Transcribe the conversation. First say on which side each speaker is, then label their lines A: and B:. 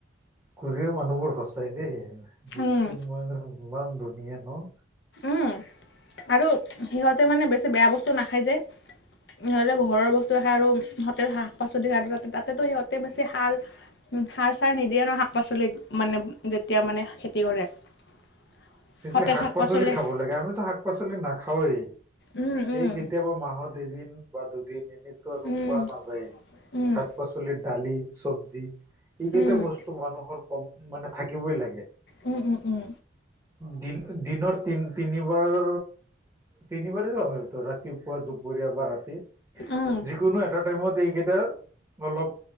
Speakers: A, on the right; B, on the left.
A: কোৰিয়াৰ মানুহবোৰ সঁচাই দেই, ইস্কিন
B: উম
A: মই ভাবো ইমান ধুনীয়া ন।
B: উম! আৰু সিহঁতে মানে বেছি বেয়া বস্তু নাখায় যে। সিহঁতে ঘৰৰ বস্তু এ খাই আৰু সতেজ শাক-পাচলি খায় আৰু তাতে তাতেতো সিহঁতে বেছি সাৰ সাৰ-চাৰ নিদিয়ে ন শাক -পাচলিত, মানে যেতিয়া মানে খেতি কৰে। <inaudible>
A: এক্সুৱেলি শাক-পাচলি
B: শাক পাচলি
A: খাব লাগে, আমিতো শাক-পাচলি নাখায়েই,
B: উম উম
A: এই কেতিয়াবা মাহত এদিন বা দুদিন এনেতো আৰু
B: উম
A: খোৱা নাযায়েই
B: উম
A: শাক-পাচল বোলে দালি চব্জি, এইকেইটা
B: উম
A: বস্তু মানুহৰ ক'ম মানে থাকিবই লাগে।
B: উম, উম, উম।
A: দিন দিনৰ, তিন তিনিবাৰ তিনিবাৰে হয় হয়টো ৰাতিপুৱা, দুপৰীয়া বা ৰাতি
B: উম
A: যি কোনো এটা টাইমত এইকেইটা অলপ